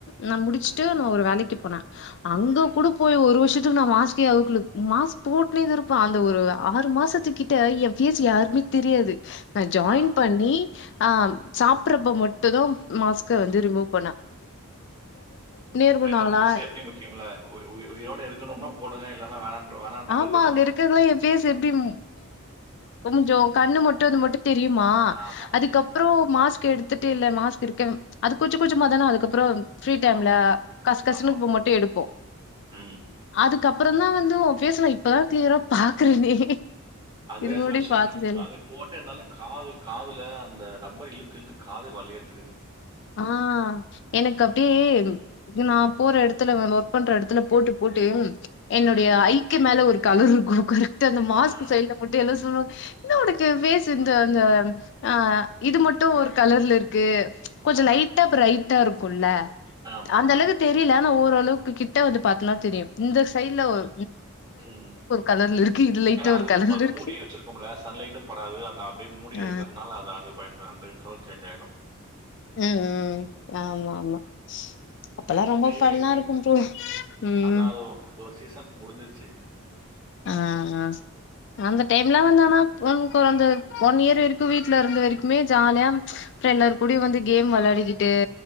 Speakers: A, on the left; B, on the right.
A: நான் முடிச்சுட்டு
B: ம்
A: நான் ஒரு வேலைக்குப் அப்ப அங்க
B: ம்
A: கூட போய் ஒரு வருஷத்துக்கு மாஸ்க் போட்டுனே த இருப்ப அந்த ஒரு ஆறு மாசத்து கிட்ட என் பேஸ் யாருக்குமே தெரியாது நா ஜாயின்
B: ஆ
A: பண்ணி ஆஹ் சாப்பறப்ப மட்டும் தான் மாஸ்க்க வந்து ரிமுப இருக்கணுனாங்களா
B: என்ன பண்ண சேப்டி முக்கியம்ல உயிரோடு இருக்கணும்னா போடுங்க இல்லைன்னா வேணான்ற வேணான்னா
A: ஆமா
B: கழட்டிடலாம்
A: அங்க இருக்கிறதுல்லாம் என் பேஸ் எப்படிஹ கொஞ்சம் கண்ணு மட்டும் அது மட்டும் தெரியுமா
B: ஆமா
A: அதுக்கப்புறம்
B: ம்
A: மாஸ்க் ரிஸ்க் எடுத்துட்டு இலை மாஸ்க் இருக்க அது கொஞ்ச கொஞ்சமா தானா அதுக்கப்புறம் ப்பிரீ டைம்ல
B: ஆமா ம் ம்.
A: கச கசனுக்கு
B: ஆமா
A: போ மட்டும் எடுப்போம்
B: ம்
A: அதுக்கப்புறம் அப்புறம் தான் வந்து உன் பேஸ் இப்பதான் கிளியரா பாக்குறேனே
B: அதுவே
A: இது முன்னாடி
B: செல செட்
A: பாத்ததே
B: ன்ப்பா
A: இல்ல
B: போட்டு காது காதுல அந்த ரத் ரபரா இழுத்துஇழுத்து காதே வலிய இருக்கு திக்கு
A: ஆ எனக்கு அப்டியே நான் போற இடத்துல ஒர்க் பண்ற இடத்துல போட்டு போட்டு என்னுடைய
B: ம்
A: ஐக்கு மேல ஒரு கலரு குர்குரு அந்த மாஸ்க்
B: ஆ
A: சைடு போட்டா என்ன சொன்னாலும் இன்ன உனக்கு பேச இந்த இந்த அ இது மட் இது ஒரு கலர்ல இருக்கு கொஞ்ச
B: ஆ
A: லைட்டா பிரைட்டா இருட்ட இருக்கும்ல
B: ஆமா
A: அந்த
B: ஆ
A: அளவுக தெரியலனா ஒரு அந்த ளவுக்கு கிட்ட வந்து பார்த்தனா தெரியும் இந்த சைடல ஒரு
B: உம்
A: கலர்ல இருக்கு இது லைட்டா
B: ஏானா அது
A: ஒரு கலர்ல
B: நம்ம
A: இருக்கு
B: மூடி வச்சிருக்க முடிய சன்லைட்டும் படாது அந்த அப்படியே மூடியேஇருக்கிரதுநாள
A: ஆ
B: இருக்கிறதுனால அது அது அந்த கலர் சேஞ்ச் ஆயிடும்
A: உ உம் ஆமா ஆமா அப்பல்லாம் ரொம்ப
B: பேரு
A: ஃபன்னா
B: எப்புடின்னு
A: இருக்கும் ப்ரோ ம்
B: அதான் அது ஒரு சீசன் முடிஞ்சிருச்சு
A: ஆஹ்ஹ அந்த டைம் எலாம் வந்துனா அந்த ஒன் இயர் வரைக்கும் வீடல இருந்த வரைக்குமே ஜாலியா அப்பரம் எல்லாரு கூடயும் வந்து கேம் விளையாடிக்கிட்டு ஏ